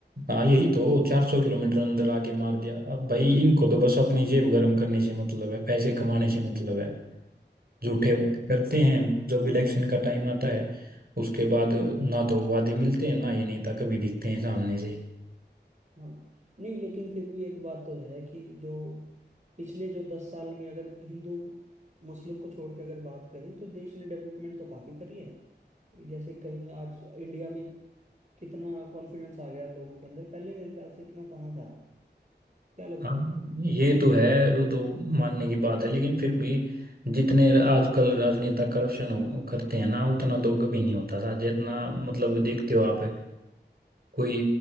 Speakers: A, on the right; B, on the right.
A: हाँ यही तो चार सौ किलोमीटर अंदर आके मार दिया अब भाई इनको तो बस अपनी जेब गर्म करने से मतलब है पैसे कमाने से मतलब है झूठे
B: हम्म
A: वादे करते हैं जब इलेक्शन का टाइम आता है उसके बाद ना तो वादे मिलते हैं ना ये नेता कभी दिखते हैं सामने से
B: हाँ नहीं लेकिन फिर भी एक बात तो है कि जो पिछले जो दस साल में अगर हिंदू मुस्लिम को छोड़ के अगर बात करें तो देश ने डेवलपमेंट तो काफी करी है जैसे कहीं आज इंडिया में कितना कॉन्फिडेंस आ गया लोगों के अंदर पहले मेरे ख्याल से इतना कहाँ था क्या लगता
A: हाँ
B: है आपको
A: ये तो है वो तो मानने की बात है लेकिन फिर भी जितने आजकल राजनेता करप्शन करते हैं ना उतना तो कभी नहीं होता था जितना मतलब देखते हो आप कोई